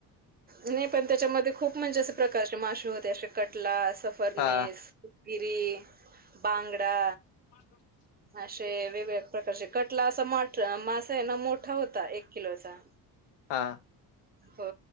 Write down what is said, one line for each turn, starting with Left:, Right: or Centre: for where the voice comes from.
Right: नाही पण, त्याच्यामध्ये खूप म्हणजे असे प्रकारचे मासे होते असे कटला अस परनेस,
Left: हा
Right: गिरी, बांगडा
Left: <inaudible>
Right: असे वेगवेगळ्या प्रकारचे कटला असा मासा आहे ना मोठा होता. एक किलोचा
Left: हा
Right: हो